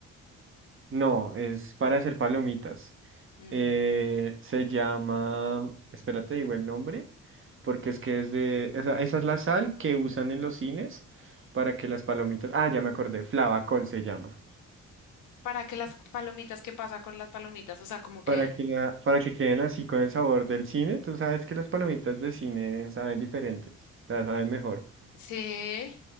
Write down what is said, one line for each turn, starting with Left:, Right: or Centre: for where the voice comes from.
Right: No, es para hacer palomitas.
Left: No.
Right: Eh, se llama, espérate, digo el nombre, porque es que es de, esa, esa es la sal que usan en los cines para que las palomitas, ah, ya me acordé, flavacol se llama,
Left: ¿Para que las palomitas? ¿Qué pasa con las palomitas? O sea, ¿cómo quedan?
Right: para que, la, para que queden así con el sabor del cine. Tú sabes que las palomitas de cine saben diferentes, o sea, saben mejor.
Left: Sí.